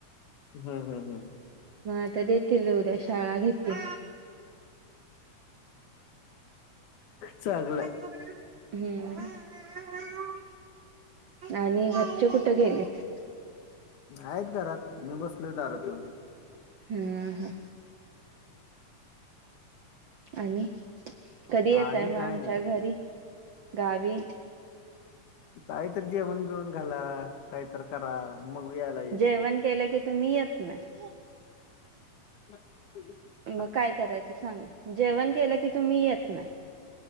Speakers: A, on the left; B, on the right.
A: हम्म हम्म हम्म.
B: मग आता देतील उद्या शाळा घेतील.
A: चांगल आहे.
B: हम्म. आणि घरचे कुठे गेलेत?
A: आहेत घरात मी बसलोय दारात येऊन.
B: हम्म हम्म. आणि कधी येताय
A: आणि
B: मग
A: काय
B: आमच्या
A: नाही.
B: घरी गावी?
A: काहीतरी जेवण बिवण घाला काहीतर करा. मग यायला येईल.
B: जेवण केलं की तुम्ही येत नाही.
A: <inaudible>
B: मग काय करायचं सांगा? जेवण केलं की तुम्ही येत नाही.